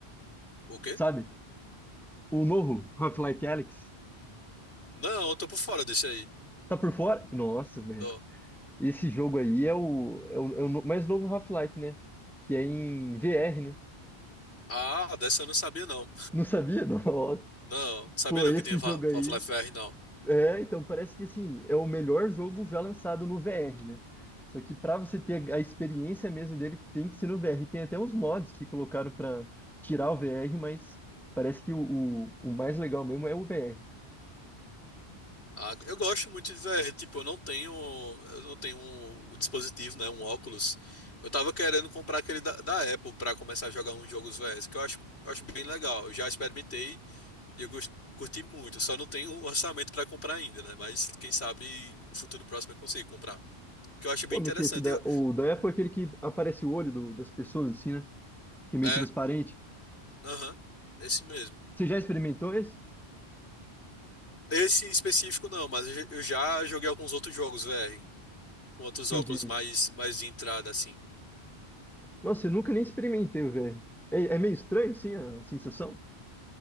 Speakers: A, on the left; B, in the centre.
A: O quê?
B: Sabe? O novo Half-Life Alyx.
A: Não, eu tô por fora desse aí.
B: Tá por fora? Nossa, velho.
A: Tô.
B: Esse jogo aí é o, é o, é o no- mais novo Half-Life, né? Que é em VR, né?
A: Ah, dessa eu não sabia não.
B: Não sabia? <laughs> Nossa.
A: Não, não sabia
B: Pô,
A: não
B: esse
A: que tinha Fa-
B: jogo aí.
A: Half-Life VR não.
B: É, então parece que assim, é o melhor jogo já lançado no VR, né? Só que para você ter a experiência mesmo dele, tem que ser no VR. Tem até uns mods que colocaram para tirar o VR, mas parece que o, o, o mais legal mesmo é o VR.
A: Ah, eu gosto muito de VR, tipo, eu não tenho, eu não tenho o dispositivo, né, um óculos. Eu tava querendo comprar aquele da, da Apple pra começar a jogar uns jogos VRs, que eu acho, eu acho bem legal. Eu já experimentei e eu gos- curti muito. Só não tenho <laughs> o orçamento pra comprar ainda, né? Mas quem sabe no futuro próximo eu consigo comprar. Que eu acho bem
B: Como
A: interessante.
B: é que é esse da,
A: Eu,
B: o da Apple é aquele que aparece o olho do- das pessoas, assim, né? Que é meio
A: é.
B: transparente.
A: Aham, esse mesmo.
B: Você já experimentou esse?
A: Esse em específico não, mas eu eu já joguei alguns outros jogos VR, com outros
B: Entendi.
A: óculos mais, mais de entrada, assim.
B: Nossa, eu nunca nem experimentei o VR. É, é meio estranho, sim, a sensação?